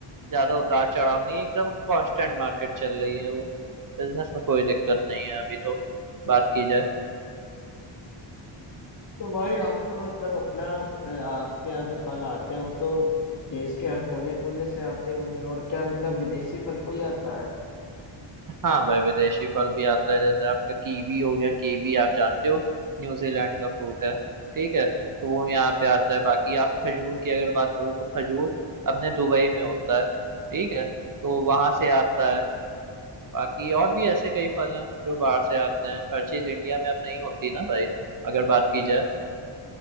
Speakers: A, on the right; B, on the left.
A: ज्यादा उतार चढ़ाव नहीं एकदम कांस्टेंट मार्केट चल रही है वो बिजनेस में कोई दिक्कत नहीं है अभी तो बात की जाए
B: तो भाई आप तो मतलब अपना अ, आपके यहाँ जो फल आते हैं वो तो देश के हर कोने कोने से आते होंगे और क्या मतलब विदेशी फल कोई आता है
A: हाँ भाई विदेशी फल भी आता है जैसे आपका कीवी हो गया कीवी आप जानते हो न्यूजीलैंड का फ्रूट है ठीक है तो वो यहाँ पे आता है बाकी आप खजूर की अगर बात करो तो खजूर अपने दुबई में होता है ठीक है तो वहां से आता है बाकी और भी ऐसे कई फल हैं जो बाहर से आते हैं हर चीज इंडिया में अब नहीं होती ना भाई अगर बात की जाए